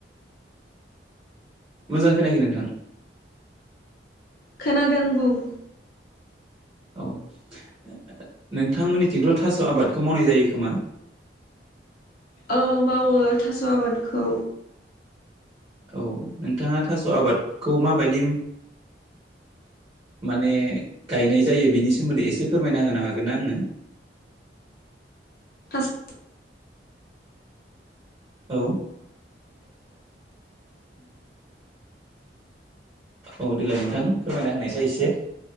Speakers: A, on the right; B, on the left.
A: मोजां खोनायाखै नोंथां
B: खोनादों बुं
A: औ <inaudible> नोंथांमोननिथिंथ' थास' आबादखौ मावनाय जायो खोमा <inaudible>
B: औ मावो थास' आबादखौ
A: औ नोंथाङा थास' आबादखौ माबायदि माने गायनाय जायो बिनि सोमोन्दै एसे फोरमायना होनो हागोन ना आंनो <inaudible>
B: थास'
A: औ औ देलाय नोंथां फोरमायना होनायसाय एसे